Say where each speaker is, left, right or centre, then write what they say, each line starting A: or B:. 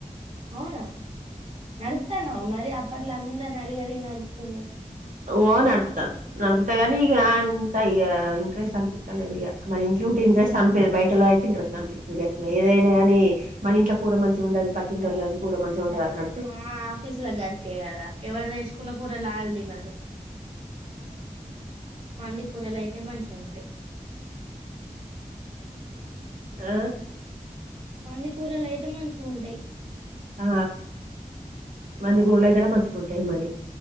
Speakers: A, on the right; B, on the right.
A: అవునా నడుపుతనవ్ మరి అప్ పట్ల అందరిని అడిగి అడిగి నడుపుతుండే
B: ఓ నడుపుతా నడుపుత గాని ఇక అంత ఇక ఇంట్రెస్ట్ అనిపిస్తలేదు. ఇక మన ఇంట్లో ఉంటే ఇంట్రెస్ట్ అనిపిది బయటలో అయితే ఇంట్రెస్ట్ అనిపిస్తది. ఎట్లా ఏదైనాగాని మన ఇంట్లో కూర మంచిగా ఉండది పక్కింటోళ్ళది. కూర మంచిగా ఉంటది
A: అ
B: అన్నట్టు
A: మా ఆఫీస్లో గంతే కదా ఎవరు తెచ్చుకున్న కూర వాళ్ళు తినరు పంది కూూరలు అయితే మంచిగా ఉంటయ్
B: ఆ
A: మందికూరల్ అయితే ఎంత మంచిగా ఉంటాయి
B: అ మంది కుర్లయితే మంచిగుంటై మరి